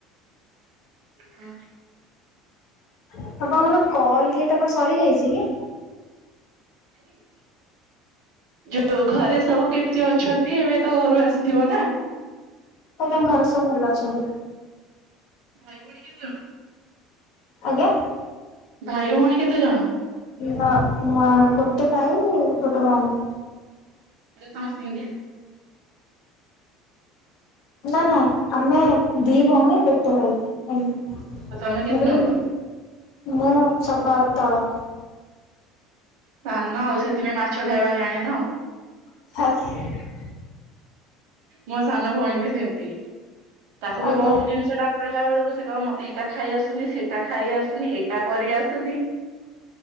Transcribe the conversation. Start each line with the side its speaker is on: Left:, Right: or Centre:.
Right: ଅ ହ
Left: ଆପଣଙ୍କର କଲ ଏଟା କଣ ସରି ଯାଇଛି କି?
Right: ଯୋଉ ଘରେ ସବୁ କେମିତି ଅଛନ୍ତି? ଦି ଏବେ ତ ଘରୁ ଆସିଥିବ ନା?
Left: ତାଙ୍କ ଘରେ ସବୁ ଭଲ ଅଛନ୍ତି।
Right: ଭାଇ ଭଉଣୀ କେତେ ଜଣ?
Left: ଆଜ୍ଞା।
Right: ଭାଇ ଭଉଣୀ କେତେ ଜଣ?
Left: ନା ନୂଆ ଗୋଟେ ଭାଇ, ଗୋଟେ ଭଉଣୀ।
Right: ମାନେ କଣ ସିଙ୍ଗଲ?
Left: ନା ନା ଆମେ ଦି ଭଉଣୀ ଗୋଟେ ଭାଇ, ଏମ
Right: ତମେ କେତେ
Left: ମୁଁ କହିଲି
Right: ନମ୍ବର
Left: ମୁଁ ସବା ତଳ।
Right: ସାନ ଆଉ ସେଥିପାଇଁ ମାଛ ଖାଇବା ଜାଣିନ ଆଉ।
Left: <unintelligible>
Right: ମୋ ସାନ ଭଉଣୀ ବି ସେମିତି ତାକୁ
Left: ଆଜ୍ଞା
Right: ବି କୋଉ ଜିନିଷ ଟା ଖାଇଲା ବେଳକୁ ସେ କହେ ମତେ ଏଇଟା ଖାଇଆସୁନି ସେଇଟା ଖାଇ ଆସୁନି ଏଇଟା କରି ଆସୁନି